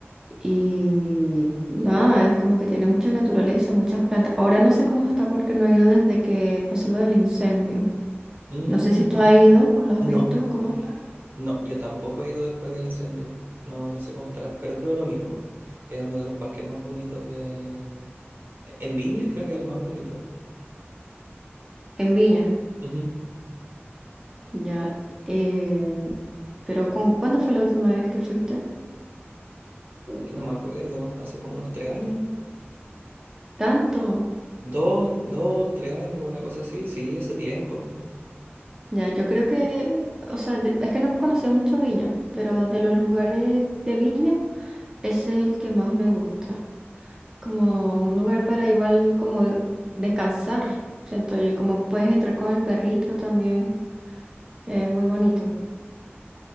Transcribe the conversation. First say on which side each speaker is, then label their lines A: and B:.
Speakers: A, on the right; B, on the right.
A: y nada, es como que tiene mucha naturaleza, muchas plantas. Ahora no sé cómo está porque no he ido desde que pasó lo del incendio.
B: Mm,
A: No sé si tú has ido o lo has
B: no.
A: visto, ¿cómo está?
B: No, yo tampoco he ido después del incendio. No, no sé cómo estará, pero creo lo mismo. Es uno de los parques más bonitos de... e- En Viña creo que es el más bonito.
A: En Viña,
B: Ujú.
A: ya. Eh, pero ¿con, cuándo fue la última vez que fuiste?
B: Uy, no me acuerdo. Hace como unos tres años.
A: ¿Tanto?
B: Dos, dos, tres años, una cosa así. Sí, hace tiempo.
A: Ya, yo creo que, o sea, de- es que no he conocido mucho Viña, pero de los lugares de Viña, ese es el que más me gusta. Como un lugar para igual como descansar, siento yo, y como puedes entrar con el perrito también, es muy bonito.